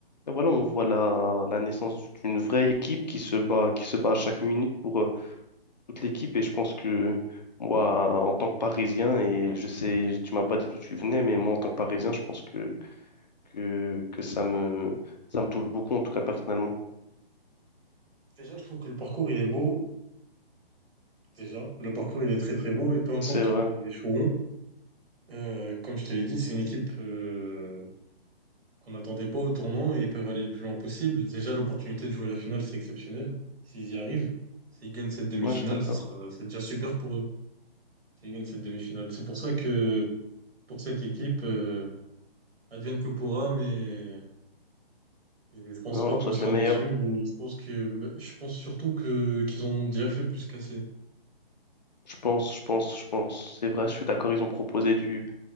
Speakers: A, on the left (about 45°); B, on the right (about 80°).
A: et voilà, on voit la, la naissance d'une vraie équipe qui se bat, qui se bat à chaque minute pour euh, toute l'équipe. Et je pense que moi, en tant que Parisien, et je sais, tu m'as pas dit d'où tu venais, mais moi, en tant que Parisien, je pense que, que, que ça me, ça me touche beaucoup, en tout cas personnellement.
B: Déjà, je trouve que le parcours, il est beau. Déjà, le parcours, il est très très beau et peu importe
A: C'est vrai.
B: où ils échoueront. euh, comme je te l'ai dit, c'est une équipe. euh, qu'on n'attendait pas au tournant et ils peuvent aller le plus loin possible. Déjà, l'opportunité de jouer la finale, c'est exceptionnel. S'ils y arrivent, s'ils gagnent cette demi-finale,
A: Ouais, je suis d'accord.
B: ce sera, c'est déjà super pour eux. S'ils gagnent cette demi-finale. C'est pour ça que pour cette équipe, euh, advienne que pourra, mais je je pense
A: Non,
B: pas
A: on leur
B: qu'on
A: souhaite
B: sera
A: le meilleur.
B: déçu ou je pense que, bah, je pense surtout que, qu'ils en ont déjà fait plus qu'assez.
A: Je pense, je pense, je pense. C'est vrai, je suis d'accord. Ils ont proposé du